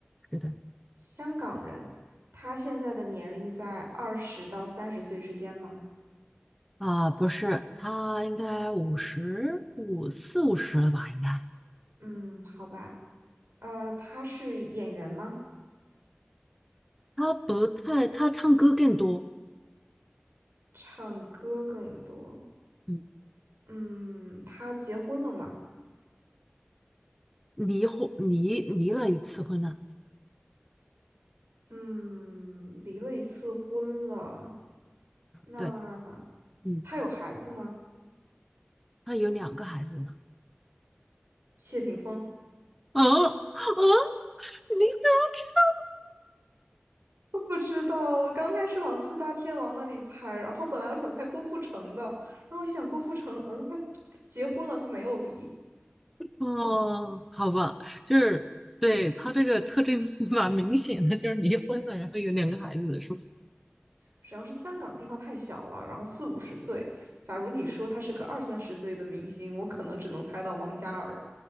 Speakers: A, in the centre; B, on the right.
A: 是的，
B: 香港人，他现在的年龄在二十到三十岁之间吗？
A: 啊，不是，他应该五十五四五十了吧？应该，
B: 嗯，好吧。呃，他是演员吗？
A: 他不太，他唱歌更多，
B: 唱歌更多。
A: 嗯，
B: 嗯，他结婚了吗？
A: 离婚离离了一次婚了，
B: 嗯，离了一次婚了。那
A: 对。嗯，
B: 他有孩子吗？
A: 他有两个孩子呢。
B: 谢霆锋。
A: 嗯嗯，你怎么知道？
B: 不知道，我刚开始往四大天王那里猜，然后本来我想猜郭富城的，然后我想郭富城，嗯，他他结婚了，他没有离，
A: 哦，好吧，就是对他这个特征 <laughs> 蛮明显的，就是离婚了，然后有两个孩子的事
B: 主要是香港地方太小了，然后四五十岁，假如你说他是个二三十岁的明星，我可能只能猜到王嘉尔。